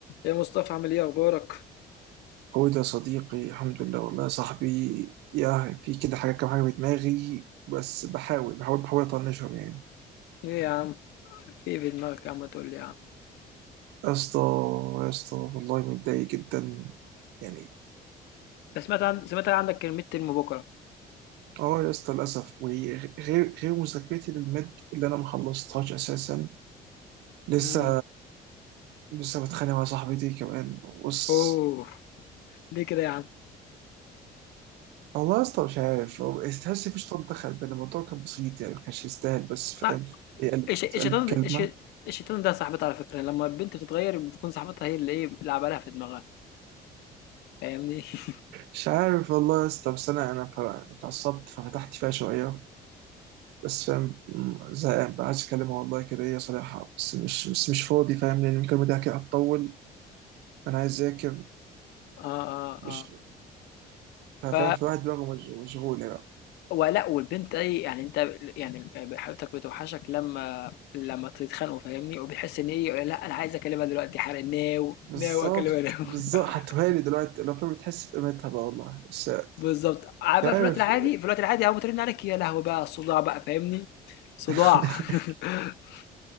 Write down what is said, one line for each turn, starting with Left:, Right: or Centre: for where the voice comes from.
Left: يا مصطفى عامل ايه اخبارك
Right: هو ده صديقي الحمد لله والله يا صاحبي يا في كده حاجة كام حاجة في دماغي بس بحاول بحاول بحاول أطنشهم يعني
Left: ايه يا عم في ايه في دماغك يا عم تقول لي يا عم
Right: يا اسطى يا اسطى والله متضايق جدا يعني
Left: بس سمعت عن... سمعت عن عندك الميد ترم بكره
Right: اه يا اسطى للأسف وغير غير مذاكرتي للمد اللي أنا ما خلصتهاش أساسا لسه
Left: امم
Right: لسه بتخانق مع صاحبتي كمان بص
Left: اوه ليه كده يا عم
Right: والله يا اسطى مش عارف هو تحس مفيش طن دخل بين الموضوع كان بسيط يعني ما كانش يستاهل بس فاهم
Left: صح
Right: هي قالت
Left: الش- الشيطان
Right: قالت
Left: ده-
Right: كلمة
Left: الش... الشيطان ده صاحبتها على فكره لما البنت بتتغير بتكون صاحبتها هي اللي ايه بيلعب عليها في دماغها فاهمني <laughs>
Right: مش عارف والله يا اسطى بس انا انا ف- اتعصبت ففتحت فيها شويه بس فاهم م- زهقان بقى عايز اكلمها والله كده هي صريحه بس مش بس مش فاضي فاهم لان المكالمه دي كده هتطول انا عايز اذاكر
Left: اه اه
Right: مش
Left: اه
Right: ف- فاهم
Left: ف
Right: في واحد دماغه مش- مشغوله بقى
Left: ولا والبنت اي يعني انت يعني حبيبتك بتوحشك لما لما تتخانقوا فاهمني وبتحس ان ايه لا انا عايز اكلمها دلوقتي حالا ناو
Right: بالظبط
Left: ناو اكلمها ناو
Right: بالظبط
Left: <laughs>
Right: هتهالي دلوقتي لو فاهم بتحس بقيمتها بقى والله بس
Left: بالضبط. ع
Right: مش
Left: بقى في
Right: عارف
Left: الوقت العادي في الوقت العادي أول ما ترن عليك يا لهوي بقى على الصداع بقى فاهمني، صداع
Right: <laughs>
Left: <laughs>